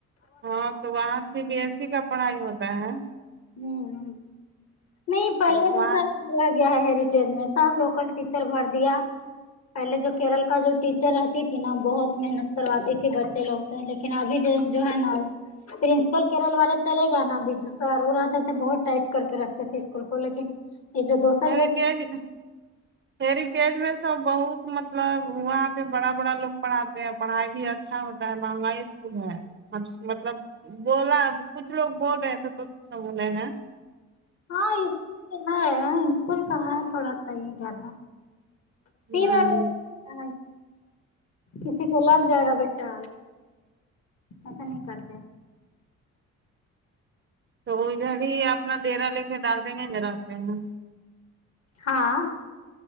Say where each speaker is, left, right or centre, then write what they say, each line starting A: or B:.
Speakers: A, on the right; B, on the left.
A: ہاں تو وہاں سی بی ایس س کا پڑھائی ہوتا ہے
B: ہوں ہوں نہیں پہلا
A: وہاں
B: جیسا ہی رہ گیا ہے ہیریٹیج میں سب لوکل ٹیچر بھر دیا پہلے جو کیرل کا جو ٹیچر رہتی تھی نا بہت محنت کرواتی تھی بچے لوگ لیکن ابھی دیکھ جو ہے نا پرنسپل کیرل والا چلے گا نا بجو سر وہ رہتے تھے بہت ٹائٹ کر کے رکھتے تھے اسکول کو لیکن یہ جو دوسر
A: ہیرٹیج
B: جو
A: ہیرٹیج میں سب بہت مطلب وہاں پہ بڑا بڑا لوگ پڑھاتے ہیں پڑھائی بھی اچھا ہوتا ہے مہنگا ہی اسکول ہے مطلب بولا کچھ لوگ بول رہے تھے تو سنبولے ہیں
B: <unintelligible> اسکول کا ہے تھوڑا صحیح جاتا <unintelligible>
A: ہ
B: کسی کو لگ جائے گا بیٹا ایسا نہیں کرتے
A: تو وہ ادھر ہی اپنا ڈرا لے کے ڈال دیں گے نر آتے ہیں
B: ہاں